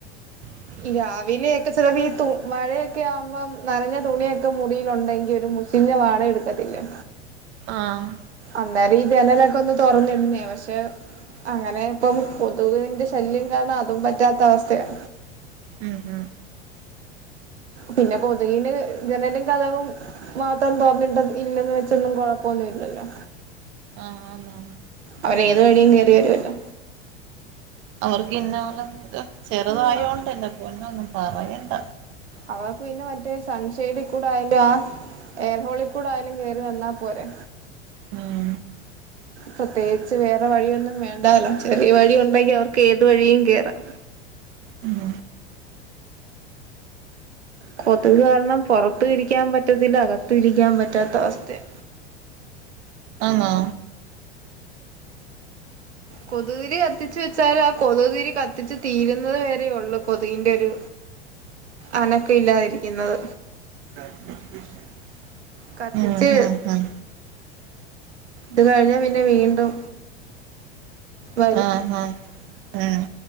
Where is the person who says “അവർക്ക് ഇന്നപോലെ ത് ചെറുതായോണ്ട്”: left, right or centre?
Right